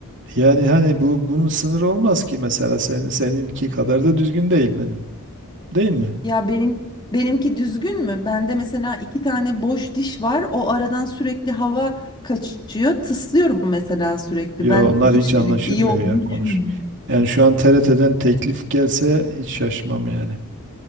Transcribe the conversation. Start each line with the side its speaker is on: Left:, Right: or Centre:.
Right: Yani hani bu bunun sınırı olmaz ki mesela sen, seninki kadar da düzgün değil benim. Değil mi?
Left: Ya benim benimki düzgün mü? Bende mesela iki tane boş diş var. O aradan sürekli hava kaçıyor. Tıslıyorum mesela sürekli.
Right: Ya
Left: Ben
Right: onlar
Left: hiç
Right: hiç anlaşılmıyor
Left: e, iyi olduğunu
Right: ya konuş.
Left: düşünmüyorum.
Right: Yani şu an TRT'den teklif gelse hiç şaşmam yani.